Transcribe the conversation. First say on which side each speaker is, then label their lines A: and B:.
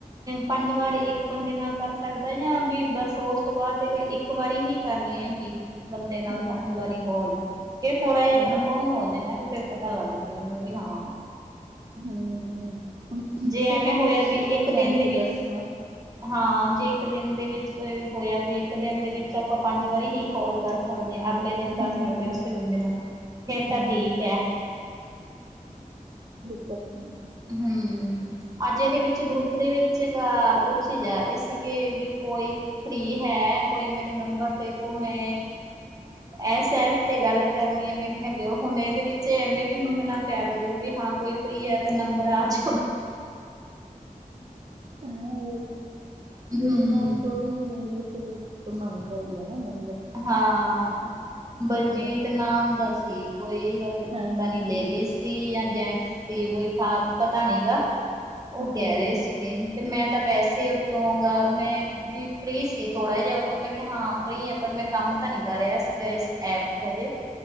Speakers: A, on the right (about 25°); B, on the right (about 45°).
A: ਪੰਜ ਵਾਰ ਇੱਕ ਬੰਦੇ ਨਾਲ ਕਰ ਸਕਦਾ ਜਾਂ ਵੀ ਬੱਸ ਉਸ ਤੋਂ ਬਾਅਦ ਇੱਕ ਵਾਰੀ ਹੀ ਕਰਨੀ ਹੈਗੀ ਬੰਦੇ ਨਾਲ
B: ਹਾਂ
A: ਪੰਜ ਵਾਰੀ ਕੋਲ ਇਹ ਥੋੜਾ ਜਹਾ
B: ਹਾਂ
A: ਕਨਫਰਮ ਹੋ ਜਾਣਾ ਫੇਰ ਪਤਾ ਲੱਗ ਜਾਏਗਾ ਵੀ ਹਾਂ
B: ਹਮ
A: ਜੇ
B: ਚਲੋ
A: ਐਵੇਂ ਹੋਇਆ
B: ਪੁੱਛ
A: ਵੀ
B: ਲੈਣਾ
A: ਇੱਕ
B: ਫ਼ਿਰ ਮੈਨੂੰ
A: ਦਿਨ ਦੇ
B: ਵੀ
A: ਵਿੱਚ
B: ਦੱਸਣਾ
A: ਹਾਂ ਜੇ ਇੱਕ ਦਿਨ ਦੇ ਵਿੱਚ ਹੋਇਆ ਵੀ ਇੱਕ ਦਿਨ ਦੇ ਵਿੱਚ ਆਪਾਂ ਪੰਜ ਵਾਰੀ ਹੀ ਕਾਲ ਕਰ ਸਕਦੇ ਅਗਲੇ ਦਿਨ
B: ਹੂੰ,
A: ਕਰ ਸਕਦੇ ਉਸੇ ਬੰਦੇ ਨੂੰ ਫੇਰ ਤਾਂ
B: ਹੂੰ।
A: ਠੀਕ ਹੈ
B: ਤ
A: ਹਮ ਅੱਜ ਇਹਦੇ ਵਿੱਚ ਗਰੁੱਪ ਦੇ ਵਿੱਚ ਤਾਂ ਪੁੱਛ ਹੀ ਜਾ ਰਹੇ ਸੀ ਕੇ ਕੋਈ ਫਰੀ ਹੈ ਕੋਈ ਮੈਨੂੰ ਨੰਬਰ ਦੇ ਦੋ ਮੈਂ ਐਸ ਐਪ ਤੇ ਗੱਲ ਕਰਨੀ ਹੈ ਮੈਂ ਹੈਲੋ ਹੁਣ ਇਹਦੇ ਵਿੱਚ ਐਵੇਂ ਵੀ ਮੰਗਣਾ ਪਿਆ ਕਰੋ ਵੀ ਹਾਂ ਕੋਈ ਫਰੀ ਅਤੇ ਨੰਬਰ ਅੱਜ
B: ਆਹ ਜਿਦੇ
A: ਹੂੰ
B: ਨਾਲ ਕੋਈ ਵੀ ਨਹੀਂ ਨਈ ਫਿਰ ਘੁਮਣ ਗਈ ਆ ਨਾ ਮੈਂ
A: ਹਾਂ ਬਲਜੀਤ
B: ਆਪਾਂ
A: ਨਾਮ ਦਾ ਸੀ ਕੋਈ ਗੱਲ
B: ਹਾਂ
A: ਪਤਾਂ ਨੀ ਲੇਡੀਜ਼
B: ਹਾਂ ਹੂੰ
A: ਸੀ ਜਾਂ ਜੈਂਟਸ ਸੀ ੳਹੀ ਠਾ ਪਤਾ ਨਹੀ ਗਾ ਉਹ
B: ਹੂੰ।
A: ਕਹਿ ਰਹੇ ਸੀਗੇ ਤੇ ਮੈਂ ਤਾਂ ਵੈਸੇ ਹੀ ਉੱਤੋਂ ਗ ਮੈਂ ਵੀ ਫ੍ਰੀ ਸੀ ਥੋੜਾ ਜਿਹਾ ਉਦੋਂ ਮੈਂ ਕਿਹਾ ਹਾਂ ਫ੍ਰੀ ਹਾ ਪਰ ਮੈਂ ਕੰਮ ਤਾਂ ਨਹੀਂ ਕਰ ਰਿਹਾ ਸੀਗਾ ਇਸ ਐਪ ਤੇ ਹਜੇ